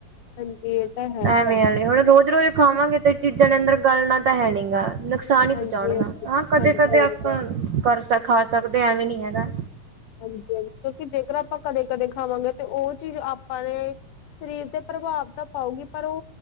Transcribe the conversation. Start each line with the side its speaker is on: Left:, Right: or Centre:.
Left: ਹਾਂਜੀ ਇਹ ਤਾਂ ਹੈ
Right: ਐਵੇਂ ਆਲੇ। ਹੁਣ ਰੋਜ਼-ਰੋਜ਼ ਖਾਵਾਂਗੇ ਤੇ ਚੀਜ਼ਾਂ ਨੇ ਅੰਦਰ ਗਲਣਾ ਤਾਂ ਹੈ ਨੀ ਗਾ। ਨੁਕ ਸਾਨ ਹੀਂ
Left: ਹਾਂਜੀ
Right: ਪਹੁੰਚਾਉਣਿਆ
Left: ਹਾਂਜੀ
Right: ਹਾਂ ਕਦੇ-ਕਦੇ
Left: ਹਾਂਜੀ ਹਾਂਜੀ
Right: ਆਪਾਂ ਕਰ ਖਾ, ਸਕਦੇ। ਐਵੇਂ ਨੀ ਹੈਗਾ।
Left: ਹਾਂਜੀ-ਹਾਂਜੀ, ਕਿਉਂਕਿ ਜੇਕਰ ਆਪਾਂ ਕਦੇ-ਕਦੇ ਖਾਵਾਂਗੇ ਤੇ, ਉਹ ਚੀਜ਼ ਆਪਾਂ ਨੇ ਸ਼ਰੀਰ ਤੇ ਪ੍ਰਭਾਵ ਤਾਂ ਪਾਊਗੀ। ਪਰ ਓ